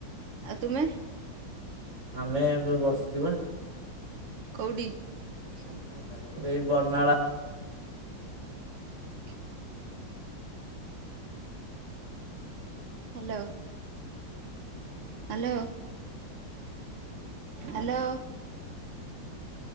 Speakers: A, on the right; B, on the right.
A: ଆଉ ତୁମେ?
B: ଆମେ ଏବେ ବସିଚି ପା।
A: କୋଉଠି
B: ଏଇ ବର୍ଣ୍ଣାଳା
A: ହ hello. Hello hello.